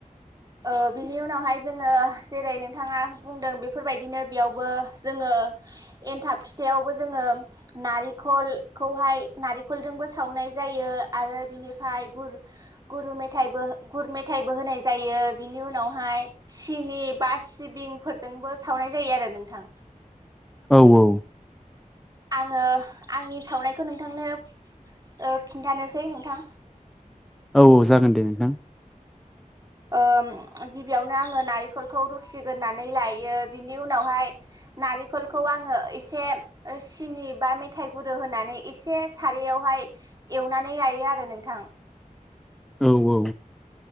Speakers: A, on the right; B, in the centre.
A: ओ बिनि उनावहाय जोङो जेरै नोंथाङा बुंदों बेफोरबायदिनो बेयावबो जोङो एनथाब फिथायावबो जोङो नारिख खलखौहाय नारेंखलजोंबो सावनाय जायो आरो बिनिफाय गुर गुर मेथाइबो गुर मेथाइबो होनाय जायो। बिनि उनावहाय सि सिनि बा सिबिंफोरजोंबो सावनाय जायो आरो नोंथां।
B: औ औ।
A: आङो आंनि सावनायखौ नोंथांनो ओ खिन्थानोसै नोंथां।
B: औ औ जागोन दे नोंथां।
A: ओम गिबियावनो आङो नारेंखलखौ रुखिगोरनानै लायो बिनि उनावहाय नारेंखलखौ आङो एसे सिनि बा मेथाइ गुरु होनानै एसे सारयावहाय एवनानै लायो आरो नोंथां।
B: औ औ।